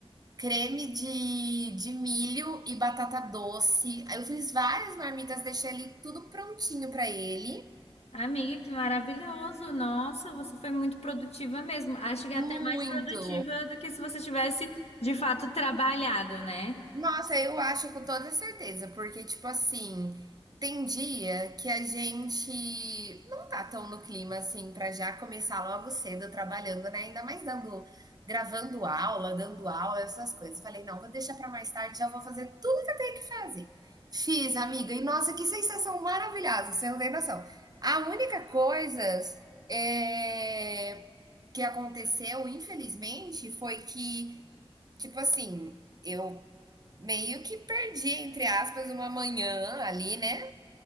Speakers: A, on the right (about 40°); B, on the left (about 90°).
A: creme de de milho e batata doce. Aí eu fiz várias marmitas, deixei ali tudo prontinho pra ele.
B: Amiga, que maravilhoso. Nossa, você foi muito produtiva mesmo. Acho que é
A: Muito.
B: até mais produtiva do que se você tivesse de fato trabalhado, né?
A: Nossa, eu acho com toda certeza, porque, tipo assim, tem dia que a gente não tá tão no clima assim pra já começar logo cedo trabalhando, né? Ainda mais dando, gravando aula, dando aula, essas coisas. Falei, não, vou deixar pra mais tarde, já vou fazer tudo que eu tenho que fazer. Fiz, amiga, e nossa, que sensação maravilhosa, você não tem noção. A única coisa é, que aconteceu, infelizmente, foi que, tipo assim, eu Meio que perdi, entre aspas, uma manhã ali, né,